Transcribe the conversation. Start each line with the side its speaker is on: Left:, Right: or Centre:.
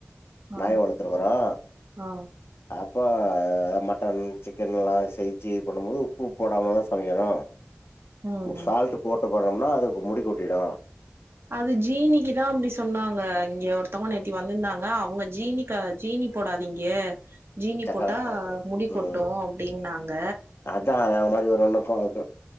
Right: ஆ
Left: நாய் வளத்துருக்குறோ
Right: ஆ
Left: அப் போ மட்டன் சிக்கன் எல்லா செய்ச்சி இது பண்ணுமோது உப்பு போடாமதா சமைக்கணு
Right: ம்
Left: உ சால்ட்டு போட்டு போட்றோம்னா அதுக்கு முடி கொட்டிடு
Right: அது ஜீனிக்கு தா அப்டி சொன்னாங்க இங்க ஒரு த்தவ்ங்க நேத்தி வந்திர்ந்தாங்க அவ் ங்க ஜீனிக்க ஜீனி போடாதீங்க ஜீனி
Left: சக்கர
Right: போட்டா
Left: அ
Right: முடி
Left: ம்
Right: கொட்டு அப்டின்னாங்க
Left: அதா அது மாரி ஒரு ஒன்னுக்கு ஆகு